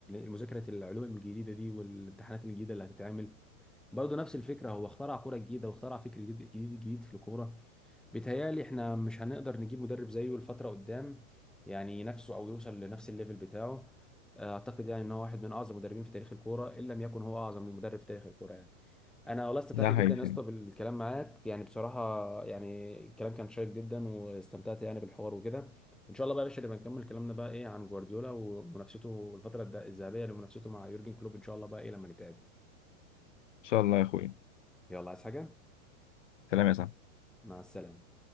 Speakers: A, in the centre; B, on the left (about 60°).
A: مذاكره العلوم الجديده دي والامتحانات الجديده اللي هتتعمل برضه نفس الفكره هو اخترع كوره جديده واخترع فكر جديد جديد جديد في الكوره بيتهيألي احنا مش هنقدر نجيب مدرب زيه الفترة قدام يعني نفسه او يوصل لنفس الليفل بتاعه آه، اعتقد يعني ان هو واحد من اعظم المدربين في تاريخ الكوره ان لم يكن هو اعظم المدرب في تاريخ الكوره يعني انا والله استمتعت
B: ده
A: جدا
B: حقيقي فاهم
A: يا اسطى
B: إن
A: بالكلام معاك يعني بصراحه يعني الكلام كان شيق جدا واستمتعت يعني بالحوار وكده ان شاء الله بقى يا باشا نبقى نكمل كلامنا بقى ايه عن جوارديولا ومنافسته الفتره الذهبيه لمنافسته مع يورجن كلوب ان شاء الله بقى ايه لما نتقابل
B: شاء الله يا أخوي
A: يلا عايز حاجه
B: سلام يا صاحبي
A: مع السلامه